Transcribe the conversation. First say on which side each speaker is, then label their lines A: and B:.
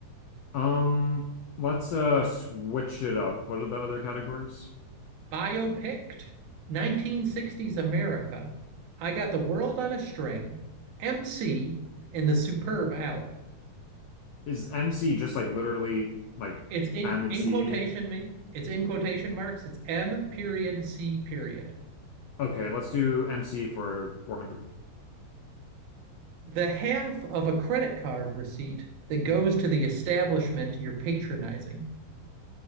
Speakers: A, on the left; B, on the right.
A: Um, let's uh switch it up. What are the other categories?
B: biopicked 1960s America, I Got the World on a String, MC, and The Superb Owl.
A: Is MC just like literally like
B: It's in
A: M and
B: in
A: C?
B: quotation mean it's in quotation marks. It's M period C period.
A: Okay, let's do MC for 400.
B: The half of a credit card receipt that goes to the establishment you're patronizing.